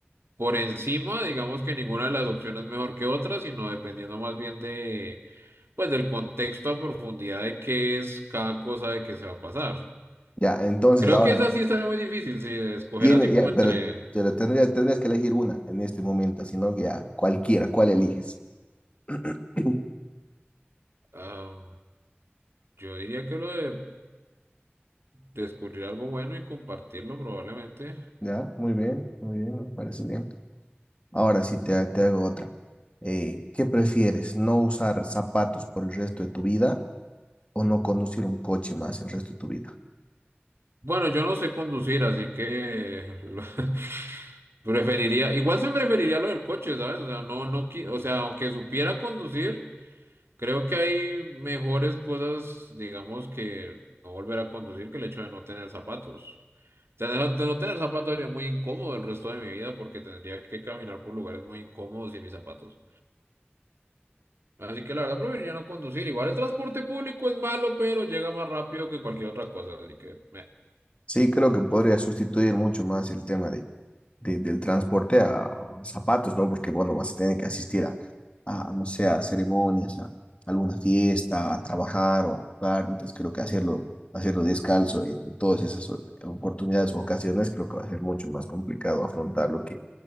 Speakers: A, on the right; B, on the left.
A: por encima, digamos que ninguna de las opciones es mejor que otra, sino dependiendo más bien de, pues, del contexto a profundidad de qué es cada cosa de que se va a pasar.
B: Ya, entonces
A: Creo
B: ahora
A: que esa sí está muy difícil, sí, de escoger
B: tiene,
A: así como
B: ya,
A: entre,
B: pero, pero tendría, tendrías que elegir una en este momento, si no, ya cualquiera, ¿cuál eliges? <clears throat>
A: am, yo diría que lo de descubrir algo bueno y compartirlo probablemente.
B: Ya, muy bien, muy bien, me parece bien. Ahora sí te, ha- te hago otra. Eh, ¿qué prefieres? ¿No usar zapatos por el resto de tu vida o no conducir un coche más el resto de tu vida?
A: Bueno, yo no sé conducir, así que lo- <laughs> preferiría, igual se preferiría lo del coche, ¿sabes? O sea, no, no, qui- o sea, aunque supiera conducir. Creo que hay mejores cosas, digamos, que no volver a conducir que el hecho de no tener zapatos. Tener, de no tener zapatos sería muy incómodo el resto de mi vida porque tendría que caminar por lugares muy incómodos sin mis zapatos. Así que la verdad preferiría no conducir. Igual el transporte público es malo, pero llega más rápido que cualquier otra cosa. Así que, meh.
B: Sí, creo que podría sustituir mucho más el tema de de- del transporte a zapatos, ¿no? Porque, bueno, vas a tener que asistir a, a, no sé, a ceremonias, a alguna fiesta, a trabajar o a jugar. Entonces, creo que hacerlo, hacerlo descalzo en todas esas o- oportunidades o ocasiones, creo que va a ser mucho más complicado afrontarlo que,